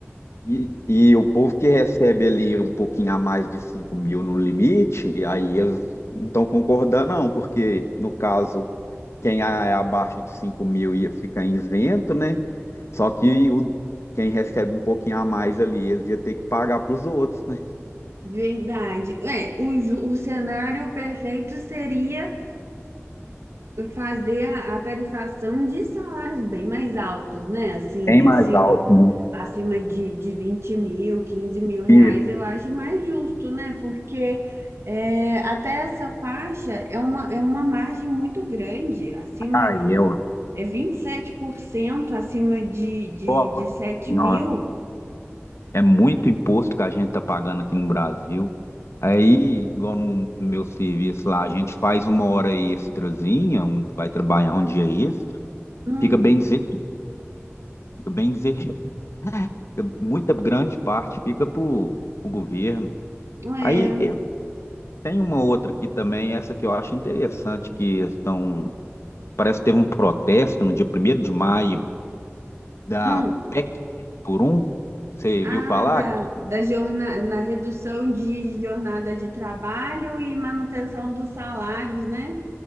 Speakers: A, on the left; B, on the right.
A: E, e o povo que recebe ali um pouquinho a mais de cinco mil no limite, aí eles não estão concordando, não, porque no caso, quem é abaixo de cinco mil ia ficar isento, né? Só que o, quem recebe um pouquinho a mais ali, eles ia ter que pagar para os outros, né?
B: Verdade. É, o, ju- o cenário perfeito seria fazer a, a tarifação de salários bem mais altos, né? Assim,
A: Bem mais
B: acima,
A: alto, né?
B: acima de, de vinte mil, quinze mil reais,
A: E,
B: eu acho mais justo, né? Porque é, até essa faixa é uma, é uma margem muito grande, acima
A: ah, eu,
B: é 27% acima de, de,
A: nossa
B: de 7
A: senhora.
B: mil.
A: É muito imposto que a gente tá pagando aqui no Brasil. Aí, igual no, no meu serviço lá, a gente faz uma hora extrazinha, um- vai trabalhar um dia extra.
B: Hum,
A: Fica bem dizer, fica bem dizer, fica- muita grande parte fica para o governo.
B: é.
A: Aí eh, tem uma outra aqui também, essa que eu acho interessante, que estão, parece que teve um protesto no dia primeiro de maio da
B: Hum.
A: PEC por um. Você
B: Ah,
A: viu falar?
B: da, da jornada, na redução de jornada de trabalho e manutenção dos salários, né?